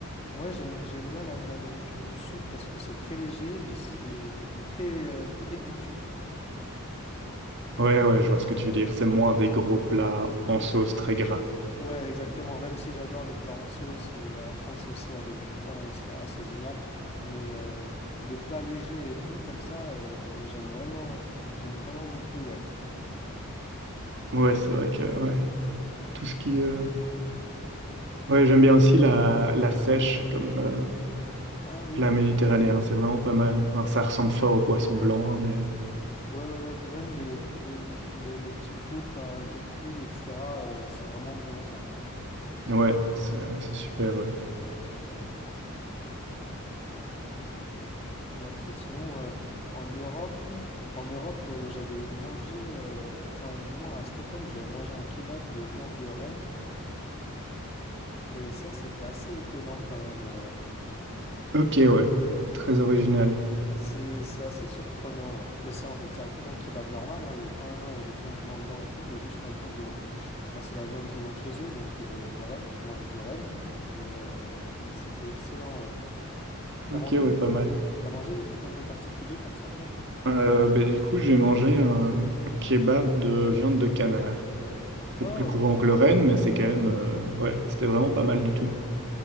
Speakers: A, on the left; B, on the right.
A: Ouais, j'aime, j'aime bien la, la nourriture du sud parce que c'est très léger et c'est très, euh, très goûtu.
B: Ouais, ouais, je vois ce que tu veux dire. C'est moins des gros plats en sauce très gras.
A: Ouais, exactement. Même si j'adore les plats en sauce et à la fin saucés avec du pain, etc., c'est génial. Mais euh, des plats légers et bons comme ça, euh, j'aime vraiment, j'aime vraiment beaucoup. Ouais.
B: Ouais, c'est vrai que ouais, tout ce qui... euh, Ouais, j'aime bien aussi la, la sèche comme euh,
A: Ah oui,
B: plat méditerranéen, c'est vraiment pas mal. Enfin, ça ressemble fort au poisson blanc, hein, mais
A: ouais, ouais, ouais. Ou même les, les, les, les petits poulpes euh, un peu cuits, etc., euh, c'est vraiment bon ça.
B: ouais, c'est c'est super, ouais.
A: Et après, sinon, euh, en Europe, euh, en Europe, euh, j'avais mangé, euh, enfin, du moins à Stockholm, j'avais mangé un kebab de viande de renne. Et ça, c'était assez étonnant quand même. euh.
B: Ok, ouais. Très original.
A: C'est, c'est assez surprenant, ouais. Mais c'est en fait, c'est à tout d'un kebab normal, hein, le pain, euh, les condiments dedans et tout, mais juste la viande, euh, bah, c'est la viande qu'ils ont chez eux, donc euh, voilà, tu manges du renne. Mais, euh, mais c'était excellent, ouais. T'as
B: Ok,
A: mangé
B: ouais,
A: des trucs
B: pas mal.
A: un peu, t'as mangé des trucs un peu particuliers comme ça, toi?
B: Euh, ben, du coup, j'ai mangé un kebab de viande de canard. C'est
A: Oh!
B: plus courant que le renne, mais c'est quand même... euh, ouais, c'était vraiment pas mal du tout.